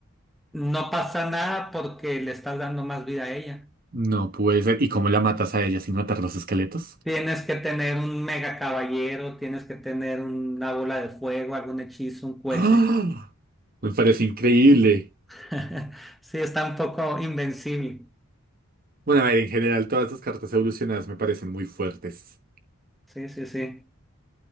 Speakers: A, in the centre; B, on the right.
A: No pasa nada porque le estás dando más vida a ella.
B: No puede ser. ¿Y cómo la matas a ella sin matar los esqueletos?
A: Tienes que tener un mega caballero, tienes que tener una bola de fuego, algún hechizo, un cohete.
B: ¡Ah! Me parece increíble.
A: <laughs> Sí, está un poco invencible.
B: Bueno, a ver, en general, todas las cartas evolucionadas me parecen muy fuertes.
A: Sí, sí, sí.